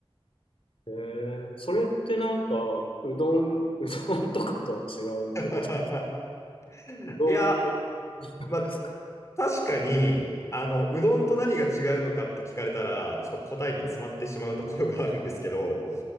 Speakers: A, on the left; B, on the left.
A: へえ、それってなんか、うどん、<laughs> うどんとかとは違うってこと。
B: <laughs> いや、
A: うどんもですか。
B: まあ、確かに、あの、うどんと何が違うのかって聞かれたら、ちょっと答えに詰まってしまうところがあるんですけど、